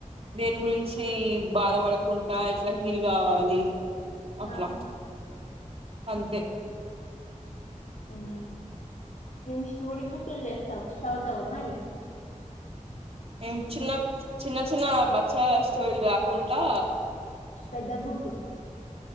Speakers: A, on the right; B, on the left.
A: దేని గురించి బాధపడకుంట ఆ ఎట్ల ఫీల్ కావాలి అట్ల
B: ఆ
A: అంతే
B: ఊమ్ నేను స్టోరీ బుక్కులు తెస్త చదువుతవ మరి
A: ఏం చిన్న చిన్న చిన్న బచ్చా స్టోరీలు కాకుంటా
B: పెద్ద బుక్కు